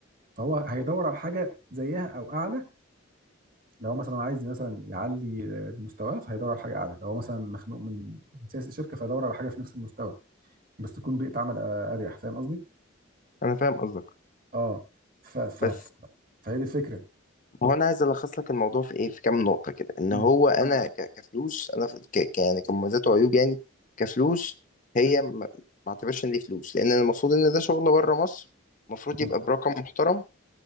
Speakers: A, on the right; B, on the left.
A: فهو هيدور على حاجه زيها او اعلى لو مثلا عايز مثلا يعلي مستواه فهيدور على حاجه اعلى لو هو مثلا مخنوق من من سياسه الشركه فهيدور على حاجه في نفس المستوى بس تكون بيئه عمل آه، اريح فاهم قصدي
B: انا فاهم قصدك
A: اه ف ف
B: بس
A: ف- فهي دي الفكره
B: هو انا عايز الخص لك الموضوع في ايه في كام نقطه كده ان
A: مم.
B: هو انا ك- كفلوس انا في ك ك- يعني كمميزات وعيوب يعني كفلوس هي ما ما اعتبرش ان دي فلوس لان المفروض ان ده شغل بره مصر المفروض
A: مم.
B: يبقى برقم محترم